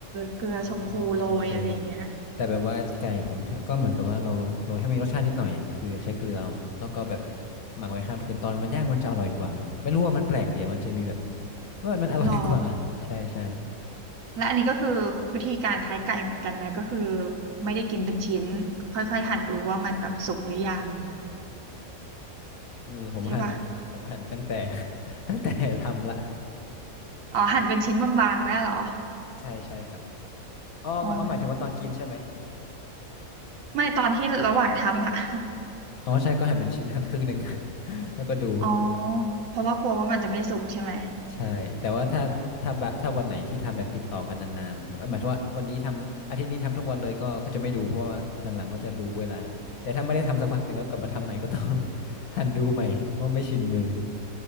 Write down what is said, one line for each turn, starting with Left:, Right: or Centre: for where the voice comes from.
Right: เกลือชมพูโรยอะไรอย่างเงี้ย
Left: อ๋อโอเคแต่แบบว่าไก่ผมก็เหมือนกับว่าเราโรยให้มันมีรสชาตินิดหน่อยอะเกลือใช้เกลือเอาแล้วก็แบบหมักไว้ข้ามคืนตอนมันย่างมันจะอร่อยกว่าไม่รู้ว่ามันแปลกเดียวมันจะมีแบบมันมันอร่อยกว่า
Right: หรอ
Left: <laughs> ใช่ใช่
Right: และอันนี้ก็คือวิธีการคล้ายไก่เหมือนกันไหมก็คือไม่ได้กินเป็นชิ้นค่อยๆหั่นดูว่ามันแบบสุกหรือยัง
Left: อืมผมหั่นผมหั่นตั้งแต่
Right: ใช่ปะ
Left: <laughs> ตั้งแต่ทำละ
Right: อ๋อหั่นเป็นชิ้นบางๆ ไว้อะเหรอ
Left: ใช่ใช่ครับอ๋อหมายอ๋อหมายถึงว่าตอนกินใช่ไหม
Right: อ๋อไม่ตอนที่ระหว่างทำอะ <laughs>
Left: อ๋อใช่ก็หั่นเป็นชิ้นหั่นครึ่งหนึ่ง <laughs> แล้วก็ดู
Right: อ๋อเพราะว่ากลัวว่ามันจะไม่สุกใช่ไหม
Left: ใช่แต่ว่าถ้าถ้าบะถ้าวันไหนที่ทำแบบติดต่อกันนานๆก็หมายถึงว่าวันนี้ทำอาทิตย์นี้ทำทุกวันเลยก็ก็จะไม่ดูเพราะว่าหลังๆก็จะรู้เวลาแต่ถ้าไม่ได้ทำสักพักหนึ่งก็กลับมาทำใหม่ก็ต้อง <laughs> หั่นดูใหม่เพราะไม่ชินมือ